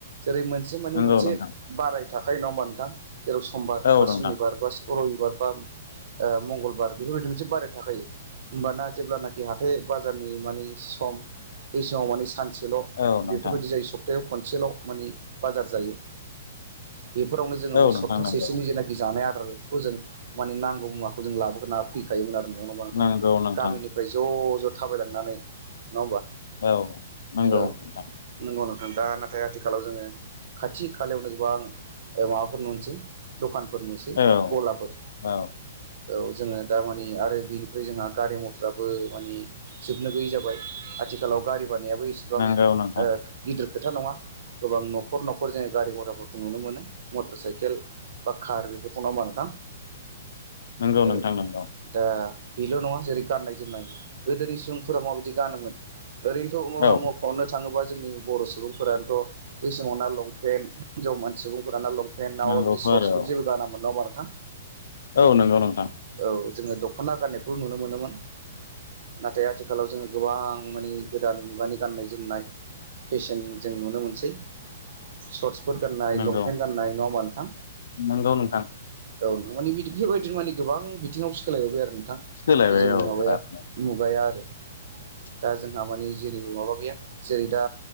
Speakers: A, on the right; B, on the left.
A: जेरै मोनसे मानि
B: नंगौ
A: मोनसे
B: नोंथां
A: बाराय थाखाय नङा होमबा नोंथां। जेराव समबार
B: औ
A: बा
B: नोंथां
A: सुनिबार बा रबिबार बा ओ मंगलबार बेफोरबायदि मोनसे बाराय थाखायो। होमबाना जेब्लानाखि हाथाय बाजारनि माने सम बै समाव माने सानसे खनसेल'
B: औ नोंथां
A: बेफोरबायदि जायो सप्तायाव खनसेल' माने बाजार जायो। बेफोरावनो जोङो
B: औ नोंथां
A: सप्तासेनि
B: नंगौ
A: जेनाखि जानाया आरो जों माने नांगौ मुवाखौ जों लाबोगोन फैखायोमोन आरो नङा होमबा नोंथां।
B: नंगौ नोंथां
A: गामिनिफ्राय ज' ज' थाबायलांनानै नङा होमबा
B: औ नंगौ
A: औ
B: नोंथां
A: नंगौनो नं दा नाथाय आथिखालाव जोङो खाथि खालायावनो गोबां माबाफोर नुनोसै दखान फोर नुसै
B: औ
A: गलाफोर
B: औ
A: औ जोङो दा माने आरो बेनिफ्राय जोंहा गारि मथराबो मानि जोबनो गैयै जाबाय आथिखालाव गारि जानायाबो इसेबां
B: नंगौ नोंथां
A: गिदिर खोथा नङा गोबां न'खर न'खर जोङो गारि घराफोरखौ नुनो मोनो मटर साइकेल बा खार बेर बेफोरखो नोंआ ओमब्बा नोंथां
B: नंगौ
A: औ
B: नोंथां नंगौ
A: दा बेल' नङा जेरै गाननाय जोमनाय गोदोनि सुबुंफोरा माबायदि गानोमोन ओरैनोथ'
B: औ
A: ङ मख'नो थाङो जोंनि बर' सुबुंफोरानोथ' बै समाव ना लंपेन हिनजाव म सुबुंफोर लंपेन लंपेन नाउ
B: नंगौथ'
A: बिदि सर्टसफोर
B: आरो औ
A: जेबो गाना मोनो हबा नोंथां
B: औ नंगौ नोंथां।
A: औ जोङो दख'ना गाननायखौ नुनो मोनोमोन। नाथाय आथिखालाव जोङो गोबां मानि गोदान मुगानि गाननाय जोमनाय फेसन जों नुनो मोनसै सरस सुट गान्नाय
B: नंगौ
A: लंपेन्ट गाननाय नंआ ओमबा नोथां
B: नंगौ नोंथां
A: औ माने बिदि बेफोरबायदिनो माने गोबां बिथिङाव सोलायबाय आरो नोंथां।
B: सोलायबाय
A: जोंनि
B: औ
A: माबाया
B: बिरादनो
A: मुगाया आरो
B: <inaudible>
A: दा जोंहा मानि जेरैबो माबा गैया जेरै दा